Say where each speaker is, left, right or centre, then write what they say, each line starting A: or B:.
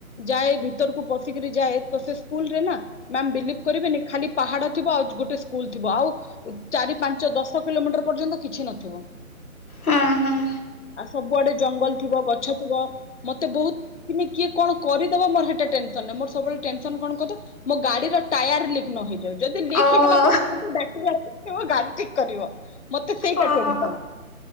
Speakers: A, on the left; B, on the left.
A: ଯାଏ ଭିତରକୁ ପ କିରି ଯାଏ ତ ସେ ସ୍କୁଲରେ ନା ମ୍ୟାମ ବିଲିଭ କରିବେନି ଖାଲି ପାହାଡ ଥିବ ଆଉ ଗୋଟେ ସ୍କୁଲ ଥିବ ଆଉ ଚାରି ପାଞ୍ଚ ଦଶ କିଲୋମିଟର ପର୍ଯ୍ୟନ୍ତ କିଛି ନଥିବ।
B: ହଁ ହଁ।
A: ଆଉ ସବୁଆଡେ ଜଙ୍ଗଲ ଥିବ, ଗଛ ଥିବ ମତେ ବହୁତ କିନି କିଏ କଣ କରିଦବ ମୋର ସେଇଟା ଟେନସନ ନା ମୋର ସବୁବେଳେ ଟେନସନ କଣ ମୋ ଗାଡିର ଟାୟାର ଲିକ୍ ନହେଇଯାଉ। ଯଦି ଲିକ
B: ଓହୋ
A: ହେଇଗଲା ମୁଁ କାହାକୁ ଡାକିବି ସେ ମୋ ଗାଡି ସଜାଡ଼ିବ। ଠିକ୍ କରିବ। ମତେ ସେଇଟା
B: ଓହୋ,
A: ଟେନସନ